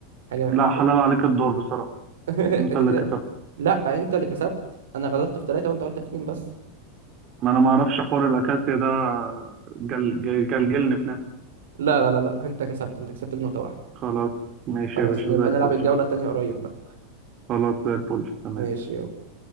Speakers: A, on the right; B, on the right.
A: حاجه
B: لا حلال عليك الدور بصراحه
A: <laughs>
B: انت
A: انت
B: اللي
A: كده
B: كسبت
A: لا انت اللي كسبت انا غلطت في ثلاثه وانت غلطت في اتنين بس
B: ما انا ما اعرفش حوار الاكاسيا ده جل جل جلجلني في نفسي
A: لا لا لا لا انت كسبت انت كسبت بنقطة واحدة
B: خلاص ماشي
A: خلاص
B: يا باشا
A: نبقى
B: زي الفل
A: نلعب الجولة التانية قريب بقى
B: خلاص زي الفل تمام
A: ماشي يلا